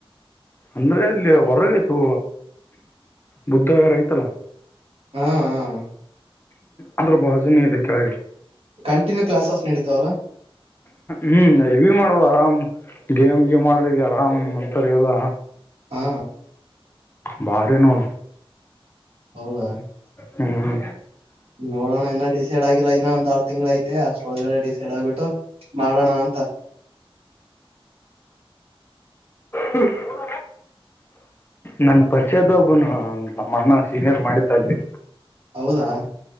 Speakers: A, on the left; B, on the right.
A: ಅಂದ್ರೆ ಅಲ್ಲಿ ಹೊರಗಯ್ತು ಬುದ್ಧಗರ ಐ್ತಲ್ಲ
B: ಹ್ಮ್ ಹ್ಮ್
A: ಅದ್ರ ಭಾಜನ ಇದೆ ಕೆಳ
B: ಕಂಟಿನ್ಯೂ ಕ್ಲಾಸಸ್ ನಡೀತವಲ್ಲಾ
A: ಹ್ಮ್ ಎವಿ ಮಾಡುವ ಆರಾಮ್ ಗೇಮ್ ಗೇಮ್ ಮಾಡ್ರ ಆರಾಮ್ ನಿ ಅಂತರ್ಗಲ್ಲ
B: ಹಾ
A: ಬಾರ ನ
B: ಹೌದಾ
A: ಹ್ಮ್
B: ನೋಡೋಣ ಇನ್ನ ಡಿಸೈಡ್ ಆಗಿಲ್ಲ ಇನ್ನೊಂದ ತಿಂಗಳ ಐತೆ ಅಷ್ಟ್ರೊಳಲ್ಲ ಡಿಸೈಡ್ ಆಗ್ಬಿಟ್ಟು ಮಾಡೋಣ ಅಂತ
A: ಹ್ಮ ನನ್ ಪರಿಚಯದ ಒಬ್ಬನು ನಮ್ಮ ಅಣ್ಣಾ ಸೀನಿಯರ್ ಮಾಡಿದ್ದ ಅಲ್ಲಿ
B: ಹೌದಾ